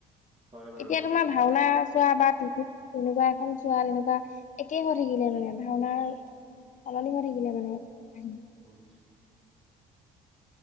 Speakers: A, on the right (about 25°); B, on the left (about 45°).
A: হয় বাৰু
B: এতিয়া
A: সেইটো
B: তোমাৰ ভাওনা চোৱা বা টি তেনেকুৱা এখন চোৱাৰ এনেকুৱা একেই হৈ থাকিলে মানে ভাওনাৰ সলনি হৈ থাকিলে মানে কথাখিনি।
A: অ'।